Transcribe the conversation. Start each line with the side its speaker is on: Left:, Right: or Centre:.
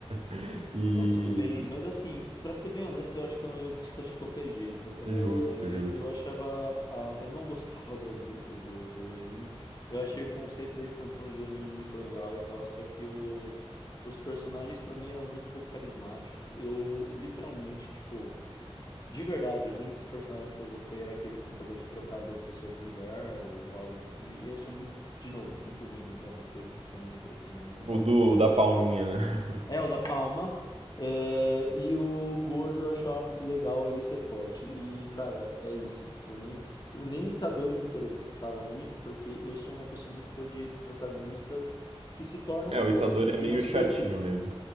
Right: <laughs> E.
Left: Não, tudo bem, mas assim, pra ser bem honesto, eu acho que eu não ia gostar de qualquer jeito. É,
Right: Justo, justo.
Left: eu, eu achava, a- eu não <laughs> gostava das lutas do, do anime. Eu achei o conceito da expansão de domínio muito legal e tal, só que o, os personagens pra mim eram muito pouco carismáticos. Eu literalmente, tipo, de verdade, os únicos personagens que eu gostei era aquele com o poder de trocar duas pessoas de lugar ou algo assim. eu sou muito, de novo, muito ruim em lembrar essas coisas porque eu não me interessei muito na história.
Right: O do, o da palminha,
Left: Mas
Right: né?
Left: É, o da Palma. É, e o Gojo eu achava legal ele ser forte. E, cara, é isso. Tipo, nem, o, nem o Itadori me interessava muito, porque eu sou uma pessoa muito fã de protagonistas que se tornam
Right: É,
Left: fortes.
Right: o Itadori é
Left: E
Right: meio
Left: eu sei
Right: chatinho
Left: que eles,
Right: mesmo.